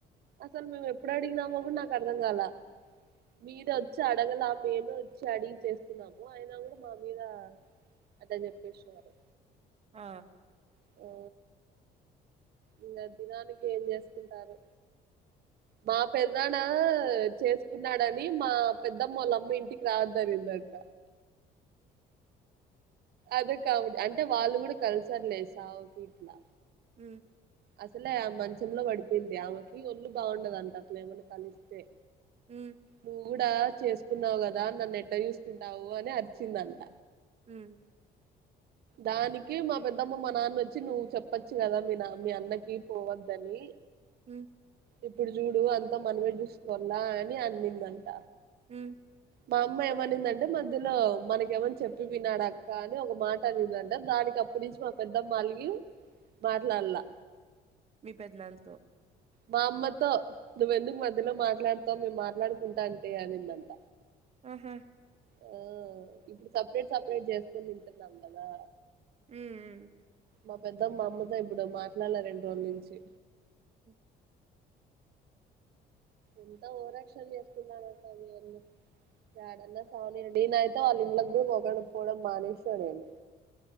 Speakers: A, on the right; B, on the right.
A: అసలు మేము ఎప్పుడు అడిగినామో కూడా నాకు అర్ధం కాల, మీరూ వచ్చి అడగలా మేమే వచ్చి అడిగి చేసుకున్నాము, అయినా కూడా మా మీద అద చెప్పేసారు
B: ఆ
A: ఓ ఇ దినానికి ఏం చేసుకుంటారు, మా పెద్దనాన్న చేసుకున్నాడని మా పెద్దమ్మ వాళ్ళమ్మ ఇంటికి రావద్దరిగిందంట అదే కాబట్టి అంటే వాళ్ళు కూడా కలిసర్లేసా ఒక ఇట్లా
B: మ్
A: అసలే మంచంలో పడిపోయింది, ఆమెకి ఒళ్ళు బాగుండద అంటే అప్పులు ఏమన్నా కలిస్తే
B: మ్
A: నువ్వు కూడా చేసుకున్నావు కదా నన్ను ఎట్ట చూసుకుంటావు అని అరిచిందంట
B: మ్
A: దానికి మా పెద్దమ్మ మా నాన్న వచ్చి నువ్వు చెప్పచ్చు కదా మీ నా మీ అన్నకి పోవద్దని
B: మ్
A: ఇప్పుడు చూడు అంత మనమే చూసుకోవాలా అని అన్నిందంట
B: మ్
A: మా అమ్మ ఏమనిందంటే మధ్యలో మనక ఏమని చెప్పి విన్నాడు అక్క అని ఒక మాటడిందంటే దానికి అప్పుటి నుంచి మా పెద్దమ్మ అలిగి మాట్లాడలా
B: మీ పెద్ద నాన్నతో
A: మా అమ్మతో నువ్వెందుకు మధ్యలో మాట్లాడుతావు మేము మాట్లాడుకుంటా అంటే అనిందంట
B: ఆహా
A: ఆ ఇప్పుడు సపరేట్ సపరేట్ చేసుకొని తింటున్నాం కదా
B: మ్ మ్
A: మా పెద్దమ్మ మ అమ్మతో ఇప్పుడు మాట్లాడలే రెండు రోజుల నుంచి
B: హ్మ్.
A: ఎంత ఓవరాక్షన్ చేస్తున్నానంటడన్నా ఏడాన్నా సావని అయితే వాళ్ళ ఇంట్ళకి కూడా పొగడకపోవడం బాగానేస్తాడేను